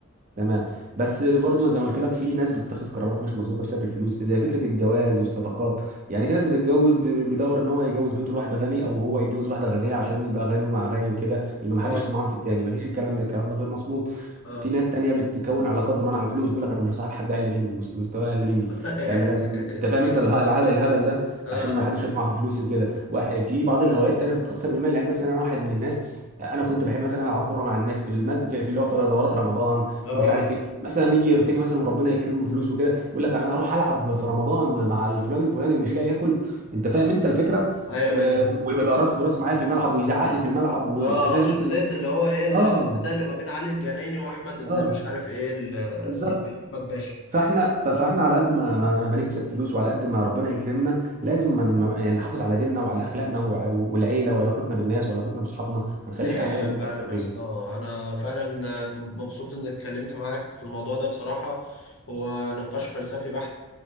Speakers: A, on the right (about 40°); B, on the left (about 70°).
A: تمام بس برضو زي ما قلت لك في ناس بتتخذ قرارات مش مظبوطه بسبب الفلوس في زي فكره الجواز والصداقات يعني في ناس بتتجوز ب- بيدور ان هو يتجوز بنته لواحد غني او هو يتجوز واحده غنيه عشان يبقى غني ومع غني وكده يبقى ما
B: اه
A: حدش طمعان في التاني ما فيش الكلام ده الكلام ده غير مظبوط
B: اه
A: في ناس تانية بتكون علاقات بناء على الفلوس بيقول لك انا مش هصاحب حد اقل مني مست- مستواه اقل مني
B: <laughs>
A: انا لازم انت فاهم انت اله- الهبل الهبل ده
B: اه
A: عشان ما حدش يطمع في فلوسي وكده واحد- في بعض الهوايات التانية بتتاثر بالمال يعني مثلا انا واحد من الناس انا كنت بحب مثلا العب كوره مع الناس في المز... في في اللي هو في دورات رمضان
B: اه
A: في مش عارف ايه مثلا يجي يغتني مثلا وربنا يكرمه بفلوس وكده يقول لك انا هروح العب في رمضان مع الفلان الفلاني اللي مش لاقي ياكل انت فاهم انت الفكره
B: ايوه
A: آه،
B: ايوه ايوه
A: ويبقى راس براس معايا في الملعب ويزعق لي في الملعب وانت
B: اه
A: فاهم
B: شخصية
A: انت ال-
B: اللي هو ايه الاداء
A: اه
B: اللي ما بين علي الجنايني واحمد ابن
A: اه
B: مش عارف ايه ال- ال-
A: بالظبط
B: احمد باشا
A: فاحنا ف- فاحنا على قد ما ما ما نكسب فلوس وعلى قد ما ربنا يكرمنا لازم ما ما- يعني نحافظ على ديننا وعلى اخلاقنا وع- والعيله وعلاقتنا بالناس وعلاقتنا باصحابنا ما نخليش
B: دي حقيقة
A: اي حاجه من
B: فعلا
A: دي تاثر بينا
B: يا اسطى أنا فعلا مبسوط إني اتكلمت معاك في الموضوع ده بصراحة هو نقاش فلسفي بحت